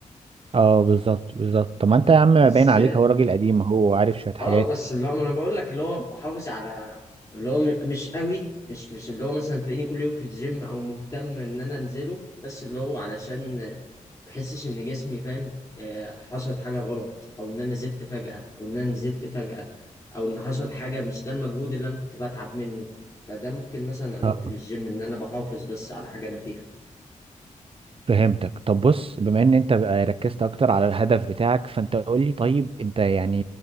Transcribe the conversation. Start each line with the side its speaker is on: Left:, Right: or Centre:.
Right: اه بالظبط بالظبط طب ما انت يا عم
Left: بس
Right: باين عليك هو راجل قديم هو عارف شوية حاجات
Left: اه بس اللي هو انا بقول لك اللي هو بحافظ على اللي هو م- مش قوي مش مش اللي هو مثلا تلاقيني كل يوم في الجيم او مهتم ان انا انزله بس اللي هو علشان ما احسش ان جسمي فاهم آه، حصلت حاجه غلط او ان انا زدت فجاه او ان انا نزلت فجاه او ان حصل حاجه مش ده المجهود اللي انا كنت بتعب منه فده ممكن مثلا علاقتي
Right: اه
Left: بالجيم ان انا بحافظ بس على حاجه انا فيها
Right: فهمتك طب بص بما ان انت بقى ركزت اكتر على الهدف بتاعك فانت قول لي طيب انت يعني